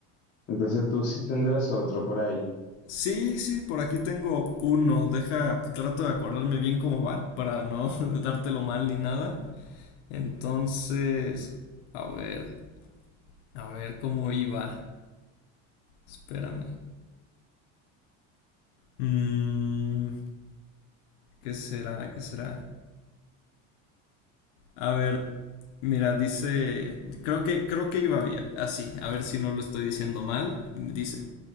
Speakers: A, on the left (about 25°); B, on the left (about 80°).
A: entonces tú sí tendrás otro por ahí.
B: Sí, sí, por aquí tengo uno. Deja, trato de acordarme bien cómo va para no <laughs> dártelo mal ni nada. Entonces, a ver, a ver cómo iba. Espérame. Mm, ¿qué será? ¿Qué será? A ver, mira, dice, creo que creo que iba bien. Así, a ver si no lo estoy diciendo mal. Dice,